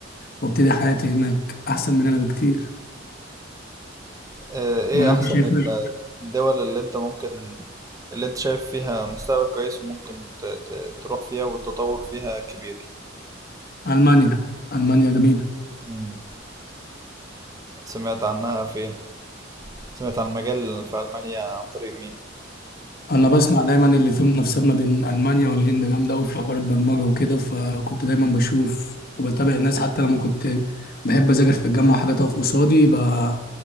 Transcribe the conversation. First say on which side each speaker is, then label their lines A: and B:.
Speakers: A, on the left; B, on the right.
A: وابتدي حياتي هناك احسن من هنا بكتير
B: آه، ايه
A: ولا انت
B: احسن
A: شايف
B: ال-
A: إيه؟
B: الدول اللي انت ممكن اللي انت شايف فيها مستقبل كويس وممكن ت- ت- تروح فيها والتطور فيها كبير
A: المانيا المانيا جميلة
B: مم. سمعت عنها فين سمعت عن المجال في ألمانيا عن طريق مين
A: انا بسمع دايما اللي فيه منافسات ما بين المانيا والهند جامده قوي في حوار البرمجه وكده فكنت دايما بشوف وبتابع الناس حتى لما كنت بحب اذاكر في الجامعه حاجه تقف قصادي ب-